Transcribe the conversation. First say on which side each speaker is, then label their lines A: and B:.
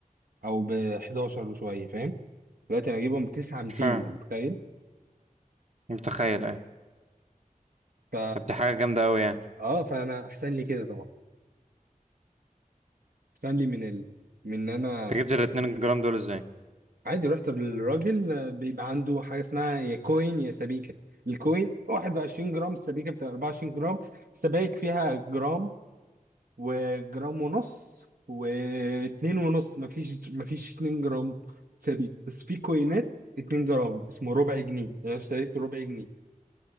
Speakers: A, on the right; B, on the right.
A: او ب 11 وشويه فاهم دلوقتي انا اجيبهم ب 9 200
B: مش فاهم
A: انت متخيل
B: متخيل إيه؟
A: ف
B: طب دي حاجة جامدة أوي يعني
A: اه فانا احسن لي كده طبعا احسن لي من ال... من ان انا
B: انت جبت ال 2 جرام دول ازاي؟
A: عادي رحت للراجل آه، بيبقى عنده حاجه اسمها يا كوين يا سبيكه الكوين 21 جرام السبيكه بتبقى 24 جرام السبايك فيها جرام وجرام ونص واتنين ونص مفيش مفيش اتنين جرام ثابت بس في كوينات اتنين جرام اسمه ربع جنيه يعني أنا اشتريت ربع جنيه